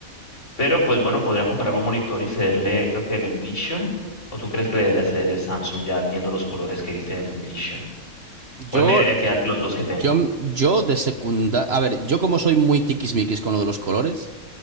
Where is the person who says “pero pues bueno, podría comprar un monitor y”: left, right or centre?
Left